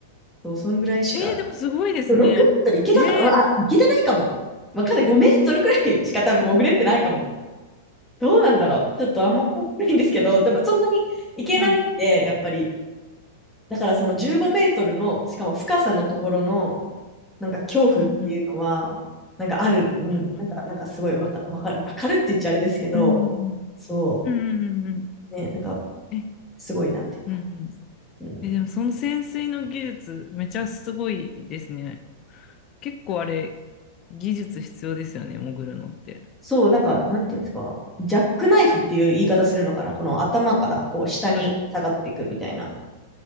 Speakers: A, in the centre; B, on the left.
A: そう、そんぐらいしか
B: えー、でもすごいですね。
A: 6メートル行けたかなあ、
B: えー、
A: 行けてないかも。わかんない。5メートルくらいしか多分潜れてないかも。どうなんだろう。ちょっとあんま覚えてないんですけど、でもそんなに行けないって、
B: はい。
A: やっぱり。だからその15メートルの、しかも深さのところの、なんか恐怖っていうのは、
B: うんうん。
A: なんかある、うん、
B: はいはいはい。
A: なんか、なんかすごいわか、わかる、わかるって言っちゃあれですけど、
B: うん。
A: そ
B: うんうんうんうん。
A: う、ね、なんか
B: え、
A: すごいなっていうか。
B: うんうん。
A: うん、
B: え、でもその潜水の技術、めちゃすごいですね。結構あれ、技術必要ですよね、潜るのって。
A: そう、なんか、なんていうんですか。ジャックナイフっていう言い方するのかなこの頭からこう下に下がっていくみたいな。
B: はい。